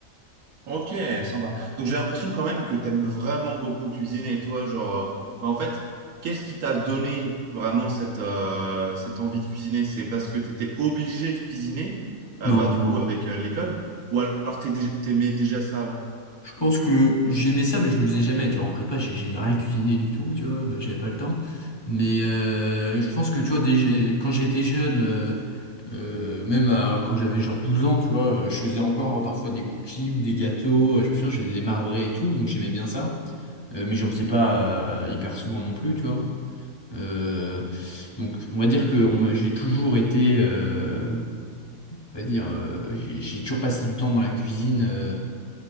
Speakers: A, on the right; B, on the left.
A: Ok, sympa. Donc j'ai l'impression quand même que t'aimes vraiment beaucoup cuisiner, toi, genre, euh, bah, en fait, qu'est-ce qui t'a donné vraiment cette, euh, cette envie de cuisiner? C'est parce que t'étais obligé de cuisiner, euh,
B: Non,
A: bah du
B: non.
A: coup avec euh, l'école, ou alors t'es dé- t'aimais déjà ça avant?
B: Je pense que j'aimais ça, mais je le faisais jamais. Tu vois, en prépa, j'ai j'ai rien cuisiné du tout, tu vois, j'avais pas le temps. Mais euh, je pense que, tu vois, des- quand j'étais jeune, euh, euh, même à- quand j'avais genre 12 ans, tu vois, euh, je faisais encore parfois des cookies ou des gâteaux. Je me souviens, j'ai des marbrés et tout, donc j'aimais bien ça. Euh, mais j'en faisais pas euh, hyper souvent non plus, tu vois. Euh, donc, on va dire que on m'a- j'ai toujours été euh, on va dire, euh, j'ai j'ai toujours passé du temps dans la cuisine. euh,